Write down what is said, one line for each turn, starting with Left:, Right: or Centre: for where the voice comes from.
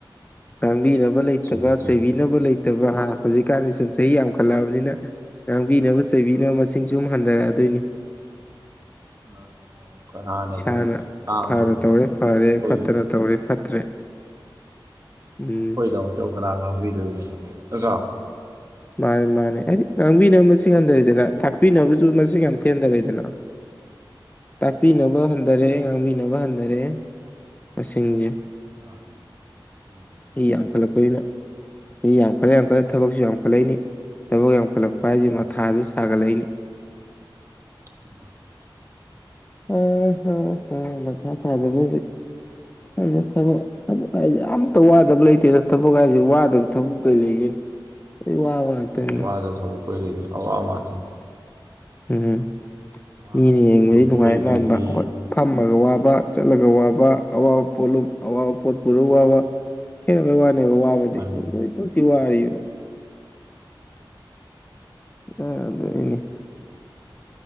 Left: ꯉꯥꯡꯕꯤꯅꯕ ꯂꯩꯇꯕ
Right: ꯆꯨꯝꯃꯤ ꯆꯨꯝꯃꯤ
Left: ꯆꯩꯕꯤꯅꯕ ꯂꯩꯇ ꯅꯠꯇꯕ ꯍꯥ ꯍꯧꯖꯤꯛꯀꯥꯟꯗꯤ ꯁꯨꯝ ꯆꯍꯤ ꯌꯥꯝꯈꯠꯂꯛꯑꯕꯅꯤꯅ ꯉꯥꯡꯕꯤꯅꯕ ꯆꯩꯕꯤꯅꯕ ꯃꯁꯤꯡꯁꯨ ꯑꯗꯨꯨꯝ ꯍꯟꯊꯔꯛꯑꯗꯣꯏꯅꯤ
Right: ꯃꯥꯅꯦ ꯀꯅꯥꯅꯕꯨ
Left: ꯏꯁꯥꯅ
Right: ꯁꯨꯝ ꯇꯥꯝꯗꯣꯏꯅꯣꯗ
Left: ꯐꯅ ꯇꯧꯔꯦ
Right: ꯑꯩꯈꯣꯏꯒꯤ
Left: ꯐꯔꯦ ꯐꯠꯇꯅ ꯇꯧꯔꯦ ꯐꯠꯇ꯭ꯔꯦ ꯎꯝ
Right: ꯑꯩꯈꯣꯏꯗꯃꯛꯇꯧ ꯀꯅꯥ ꯉꯥꯡꯕꯤꯗꯣꯏꯅꯣ ꯅꯇ꯭ꯔꯣ
Left: ꯃꯥꯅꯦ ꯃꯥꯅꯦ ꯍꯥꯏꯗꯤ ꯉꯥꯡꯕꯤꯅꯕ ꯃꯁꯤꯡ ꯍꯟꯊꯔꯦꯗꯅ ꯊꯥꯛꯄꯤꯅꯕꯁꯨ ꯃꯁꯤꯡ ꯌꯥꯝ ꯊꯦꯟꯊꯔꯛꯑꯦꯗꯅ <unintelligible>
Right: ꯎꯝ
Left: ꯇꯥꯛꯄꯤꯅꯕ ꯍꯟꯊꯔꯦ ꯉꯥꯡꯕꯤꯅꯕ ꯍꯟꯊꯔꯦ ꯃꯁꯤꯡꯁꯦ
Right: ꯋꯥꯅꯦ ꯎꯝ
Left: ꯑꯩ ꯌꯥꯝꯈꯠꯂꯛꯄꯅꯤꯅ ꯑꯩ ꯌꯥꯝꯈꯠꯂꯦ ꯌꯥꯝꯈꯠꯂꯦ ꯊꯕꯛꯁꯨ ꯌꯥꯝꯈꯠꯂꯛꯏꯅꯤ ꯊꯕꯛ ꯌꯥꯝꯈꯠꯂꯛꯄ ꯚꯥꯏꯁꯦ
Right: ꯎꯝ
Left: ꯃꯊꯥꯁꯨ ꯁꯥꯒꯠꯂꯛꯏꯅꯤ
Right: <inaudible>
Left: ꯑ ꯍ ꯍ ꯃꯊꯥ ꯁꯥꯗꯕ ꯑꯗ ꯊꯕꯛ ꯊꯕꯛ ꯍꯥꯏꯁꯦ ꯑꯇ ꯋꯥꯗꯕ ꯂꯩꯇꯦ ꯑꯗꯣ ꯊꯕꯛ ꯍꯥꯏꯥꯏꯁꯦ ꯋꯥꯗꯕ ꯊꯕꯛ ꯀꯩ ꯂꯩꯒꯦꯅ ꯋꯥ ꯋꯥꯇꯅꯦ
Right: ꯑꯥꯗꯊꯧ ꯑꯩꯣꯏꯗꯒꯤꯅ ꯑꯋꯥ ꯑꯋꯥꯇꯅꯤ
Left: ꯎꯝ
Right: ꯋꯥꯗꯕ
Left: ꯃꯤꯅ ꯌꯦꯡꯕꯗꯤ
Right: ꯊꯕꯛꯄꯨ
Left: ꯅꯨꯡꯉꯥꯏ
Right: ꯀꯩꯗꯒꯤ
Left: ꯃꯥꯟꯕ ꯍꯣꯏ ꯐꯝꯃꯒ ꯋꯥꯕ ꯆꯠꯂꯒ ꯋꯥꯕ ꯑꯋꯥꯕ ꯄꯣꯠꯂ ꯑꯋꯥꯕ ꯄꯣꯠ ꯄꯨꯔꯒ ꯋꯥꯕ ꯋꯥꯅꯦꯕ ꯋꯥꯕꯗꯤ
Right: ꯃꯥꯅꯦ
Left: ꯂꯣꯏ ꯄꯣꯠꯇꯤ ꯋꯥꯔꯤꯕ ꯑꯗ ꯏꯅꯦ